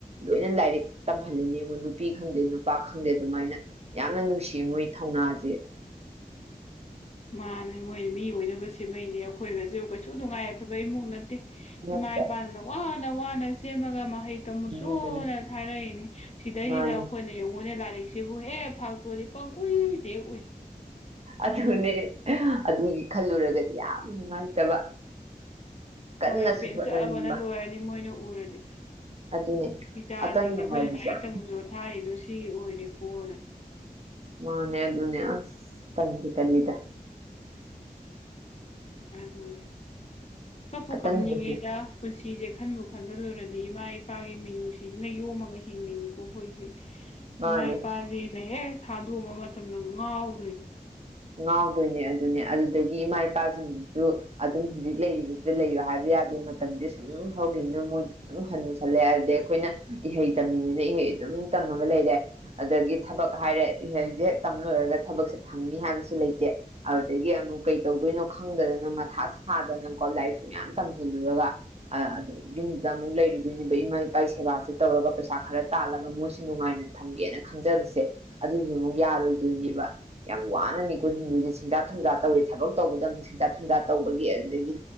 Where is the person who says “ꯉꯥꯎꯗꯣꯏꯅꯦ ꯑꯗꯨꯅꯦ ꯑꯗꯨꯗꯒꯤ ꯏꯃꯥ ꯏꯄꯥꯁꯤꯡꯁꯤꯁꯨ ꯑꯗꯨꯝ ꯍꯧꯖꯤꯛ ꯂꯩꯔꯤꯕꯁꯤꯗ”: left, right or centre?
Right